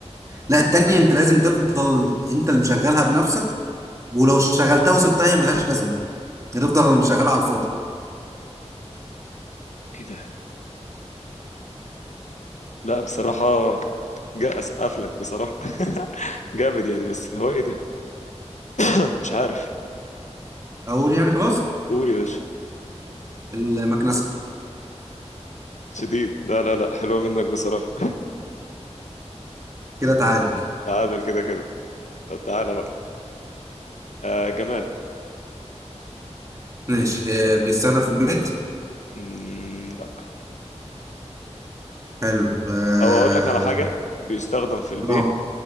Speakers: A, on the right; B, on the left.
A: لا التانية انت لازم تفضل انت اللي مشغلها بنفسك ولو شغلتها وسبتها هي ملهاش لازمه هتفضل مشغلها على الفاضي
B: ايه ده لا بصراحة جا اسقف لك بصراحه <laughs> جامد يعني بس اللي هو ايه ده مش عارف
A: اقول يعني خلاص
B: قول يا باشا
A: المكنسه
B: شديد لا لا لا حلوه منك بصراحه
A: كده تعادل
B: تعادل كده كده طب تعالى بقى آه جماد
A: ماشي اه، بيستخدم في البيت
B: مم، لا
A: حلو اه
B: او اقول لك على حاجه بيستخدم في البيت
A: اه